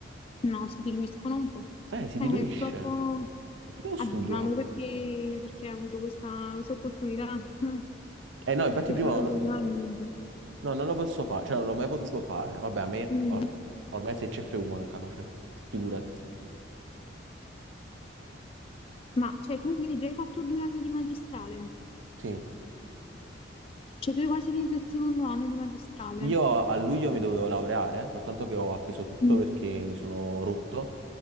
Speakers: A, on the left (about 30°); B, on the right (about 80°).
A: No, si diluiscono un po'.
B: Eh, si
A: Eh,
B: diluisce.
A: purtroppo
B: Prima lo
A: abbiamo
B: studio.
A: perché, perché hai avuto questa, questa opportunità, <laughs>
B: Eh no, infatti
A: che
B: prima...
A: se no
B: non lo-
A: generalmente.
B: mm, No, non lo posso fare, cioè non l'ho mai potuto fare. Vabbè, a me
A: Mm.
B: or- ormai 6 CFU mancano, cioè, figurati.
A: Ma cioè, tu quindi già hai fatto due anni di magistrale?
B: Sì.
A: Cioè, tu hai quasi finito il secondo anno di magistrale?
B: Io a luglio mi dovevo laureare, soltanto che ho appeso tutto
A: Mm.
B: perché mi sono rotto